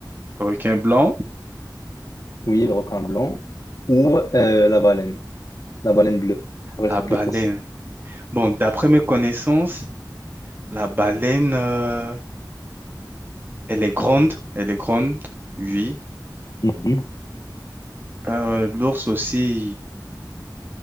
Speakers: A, on the right; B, on the left.
A: Requin blanc,
B: oui, le requin blanc, ou euh, la baleine, la baleine bleue, pour
A: la
B: être
A: baleine.
B: plus précis.
A: Bon, d'après mes connaissances, la baleine, euh, elle est grande, elle est grande, oui.
B: Mhm.
A: Euh, l'ours aussi,